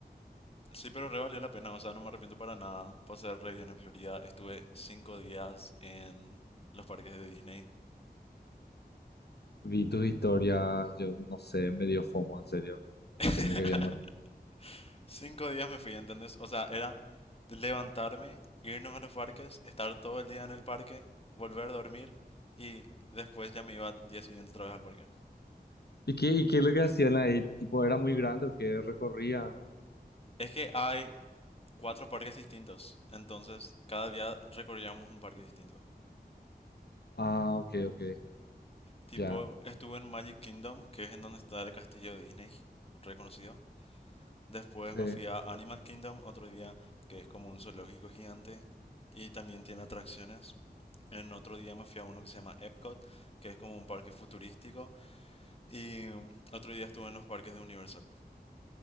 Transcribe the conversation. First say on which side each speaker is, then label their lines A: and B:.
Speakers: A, on the left; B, on the left.
A: Sí, pero re valió la pena, o sea, no me arrepiento para nada. Pasé re bien en Florida, estuve cinco días en los parques de Disney.
B: Vi tus historias, yo no sé, me dio FOMO, en serio,
A: <laughs>
B: que me quería morir.
A: Cinco días me fui, ¿entendés? O sea, era de levantarme, irnos a los parques, estar todo el día en el parque, volver a dormir y después ya me iba al día siguiente otra vez al parque.
B: ¿Y qué, y qué es lo que hacían ahí? Tipo, ¿era muy grande o qué recorrían?
A: Es que hay cuatro parques distintos, entonces cada día recorríamos un parque distinto.
B: Ah, ok, ok.
A: Tipo,
B: Ya,
A: estuve en Magic Kingdom, que es en donde está el castillo de Disney, reconocido. Después
B: sí.
A: me fui a Animal Kingdom otro día, que es como un zoológico gigante y también tiene atracciones. En otro día me fui a uno que se llama Epcot, que es como un parque futurístico. Y mm, otro día estuve en los parques de Universal.